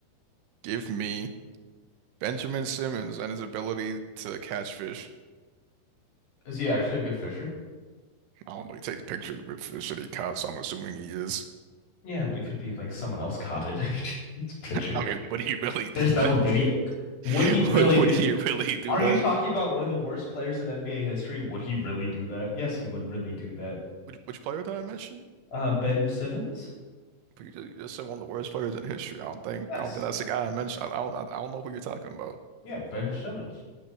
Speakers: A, on the right; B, on the left.
A: Give me Benjamin Simmons and his ability to catch fish.
B: Is he actually a good fisher?
A: I don't know. He takes pictures of the fish that he caught, so I'm assuming he is.
B: Yeah, but it could be like someone else caught it. <laughs> It's picture.
A: I mean, would he really do
B: There's
A: that?
B: no video. Would
A: <laughs>
B: he really
A: Would, would
B: do
A: he really do
B: Are
A: that?
B: you talking about one of the worst players in NBA history? Would he really do that? Yes, he would really do that.
A: Which, which player did I mention?
B: Uh, Ben Simmons?
A: But you just, you just said one of the worst players in history. I don't think
B: Yes.
A: I don't think that's the guy I mentioned. I, I don't I, I don't know who you're talking about.
B: Yeah, Ben Simmons.